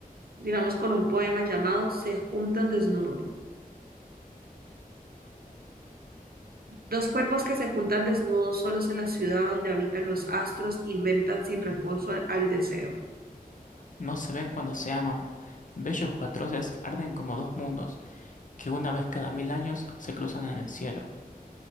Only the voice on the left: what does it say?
No se ven cuando se aman, bellos o atroces arden como dos mundos que una vez cada mil años se cruzan en el cielo,